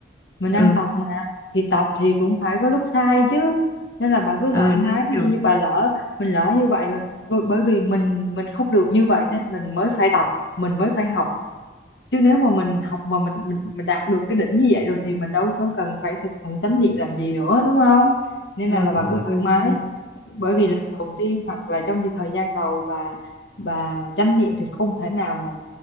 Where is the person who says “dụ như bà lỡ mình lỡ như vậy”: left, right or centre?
Left